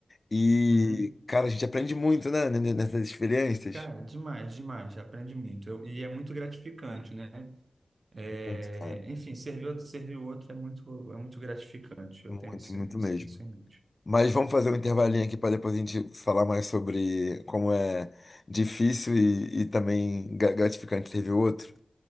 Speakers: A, on the left; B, on the right.
A: e,
B: Uhum.
A: cara, a gente aprende muito, né, n- n- nessas experiências.
B: Cara, demais, demais. Aprende muito. Eu- e é muito gratificante, né? É,
A: Muito, cara.
B: enfim, servir outro, servir o outro é muito, é muito gratificante. Eu
A: Muito,
B: tenho isso,
A: muito
B: isso,
A: mesmo.
B: isso em mente.
A: Mas vamos fazer um intervalinho aqui para depois a gente falar mais sobre como é difícil e, e também ga- gratificante ter o outro.